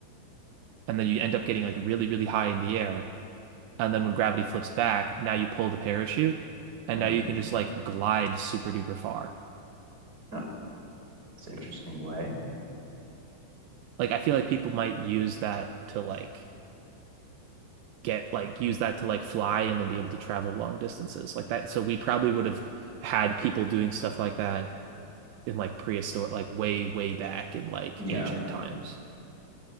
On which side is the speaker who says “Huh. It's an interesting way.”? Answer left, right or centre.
Right